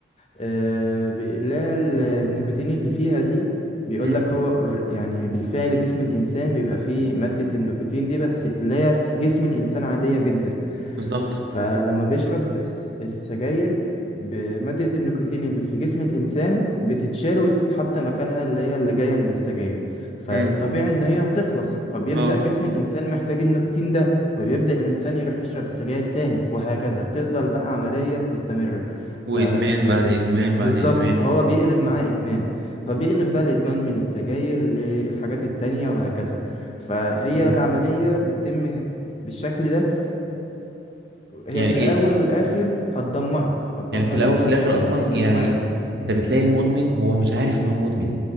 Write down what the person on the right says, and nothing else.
مم.
بالظبط
امم
اه
وادمان
بعد ادمان بعد
ادمان
امم
يعني
ايه
يعني في الاول
في الاخر
اصلا يعني
انت بتلاقي المدمن هو مش عارف ان هو مدمن